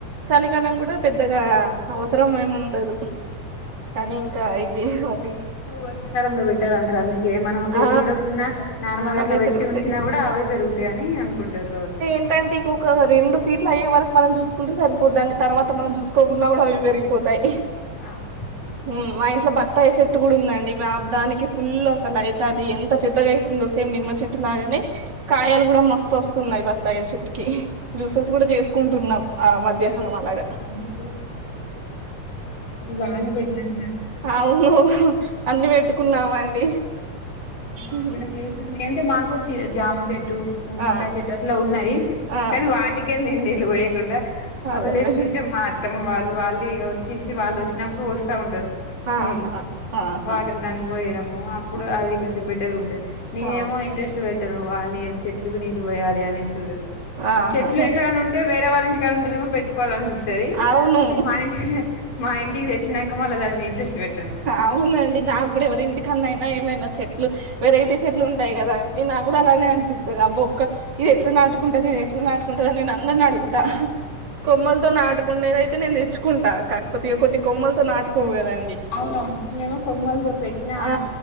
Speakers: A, on the right; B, on the left.
A: చలికాలం కూడా పెద్దగా అవసరం ఏమి ఉండదు. సరే ఇంకా అయిపోయింది మరి.
B: వర్షకాలంలో పెట్టారంటారు అన్ని. ఏం మనం పెంచి
A: ఆ
B: చూడకున్నా నార్మల్గా
A: అవే
B: అట్లా పెట్టి
A: పెరుగుతాయి
B: ఉంచినా కూడా అవే పెరుగుతాయి అని అనుకుంటారు కావచ్చు.
A: ఎంటంటే ఇంకొక రెండు ఫీట్లు అయ్యే వరకు. మనం చూసుకుంటే సరిపోద్దండి తర్వాత మనం చూసుకోకుండా కూడా అవి పెరిగిపోతాయి.
B: అవును
A: ఉమ్ మా ఇంట్లో బత్తాయ చెట్టు కూడా ఉందండి దానికి ఫుల్ అసలు అయి అది ఎంత పెద్దగా అవుతుందో సేమ్ నిమ్మ చెట్టు లాగానే కాయాలు కూడా మస్తు వస్తున్నాయి బత్. బత్తాయి చెట్టుకీ. జ్యూసెస్ కూడా చేసుకుంటున్నాం ఆహ్ మధ్యాహ్నం
B: అందుకే
A: అలాగా.
B: అన్ని బానే పెట్టినారు.
A: అవును అన్ని పెట్టుకున్నామండి.
B: మాకు
A: ఉమ్,
B: ప్లేస్ ఉంది అంటే మాకు జామ చెట్టు. చెట్టు నిమ్మకాయ
A: ఆ
B: చెట్టు అట్లా ఉన్నవి
A: ఆ
B: కానీ వాటికే నే నీళ్ళు పోయకుండా. ఆహ్
A: అదే
B: వదిలేస్తు
A: అదే
B: ఉంటే మా అత్తమ్మ వాళ్ళు వాళ్ళు ఇంకా వచ్చేసి వాళ్ళు వచ్చినప్పుడు పోస్తా ఉంటారు.
A: ఆహా
B: నీళ్ళు
A: ఆహా
B: వాటర్ దానికిపోయడము అప్పుడు
A: ఆ,
B: అవి. బెటర్ ఉంటది నేనేమో
A: అవును
B: ఇంట్రెస్ట్ పెట్టాను వానీ చెట్లుకి నీళ్ళ పోయాలి అనే చూడను.
A: ఆహా
B: చెట్లు ఎక్కడైనా ఉంటే వేరే వాళ్ళ ఇంటికాడ ఉంటేమో పెట్టు కోవాలనిపిస్తుది
A: అవును
B: మా ఇంటి మా ఇంటికి తెచ్చినాక మళ్ళ దాని మీద ఇంట్రెస్ట్. పెట్టను
A: అవునండి నాకు కూడా ఎవరి ఇంటికన్నా అయినా ఏమైనా చెట్లు వెరైటీ చెట్లు ఉంటాయి కదా. మీ నాకు కూడా అలానే అనిపిస్తది
B: ఉమ్
A: అబ్బో ఒక్క. ఇది ఎట్లా నాటుకుంటది ఇది ఎట్లా నాటుకుంటది అని నేను అందరిని అడుగుతా కొమ్మలతో నాటు. నేనైతే నేను తెచ్చుకుంటా కాకపోతే ఇక కొన్ని కొమ్మలతో నాటుకోవు కదండి.
B: అవునా నేనేమో కొమ్మల్ తోని పెట్టినా
A: ఆ